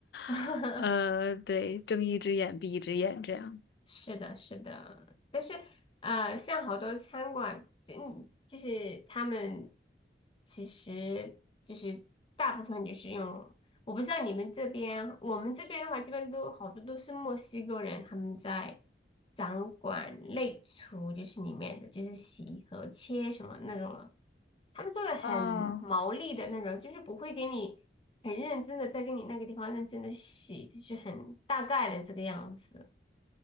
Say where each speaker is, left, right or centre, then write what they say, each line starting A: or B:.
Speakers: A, on the left; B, on the left.
A: <laughs>
B: <laughs> 呃，对，睁一只眼闭一只眼这样。
A: 是的，是的，但是呃，像好多餐馆，嗯，就是他们其实就是大部分就是用，我不知道你们这边，我们这边的话，基本都好多都是墨西哥人，他们在掌管内厨，就是里面的就是洗和切什么那种他们做的很毛利的那种，
B: 哦。
A: 就是不会给你很认真的在给你那个地方认真的洗，就是很大概的这个样子，